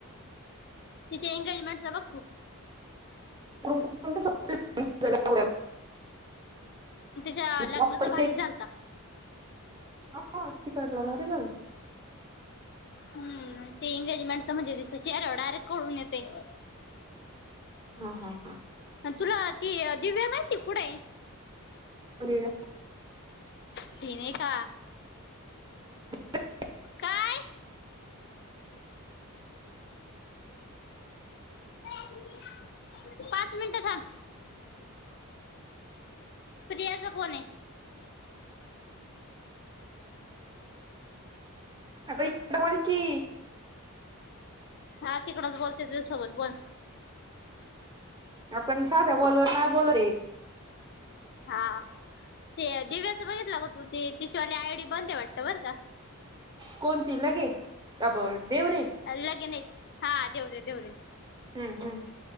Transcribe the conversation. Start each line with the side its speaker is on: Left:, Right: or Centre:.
Left: तिचे एंगेजमेंट ज बघ तू.
Right: <inaudible>
Left: त्याच्या लग्नाचा
Right: वापस
Left: भाजी झालता.
Right: हाशी काढला घरी गल.
Left: हम् ते एंगेजमेंटच म्हणजे दिस चेहर्या डायरेक्ट कळून येते.
Right: हम हा हा.
Left: तुला ती दिव्या माहिती कुठं आहे.
Right: हो.
Left: नती नाही का?
Right: ह.
Left: काय? पाच मिनिट थांब. प्रया चा फोन हाय.
Right: अ त इकठ बोल की
Left: हा तिकडंच बोलते तुझ्यसोबत बोल.
Right: आपण साध कल नाही बोल.
Left: हा ते दिव्याचं बघितलं ग तू ते तिच्यावाली आयडी बंद आहे वाटत बरं का?
Right: कोणती लगे अ देवरे
Left: लगेन हा देऊ दे देऊ दे.
Right: हम्म हम्म.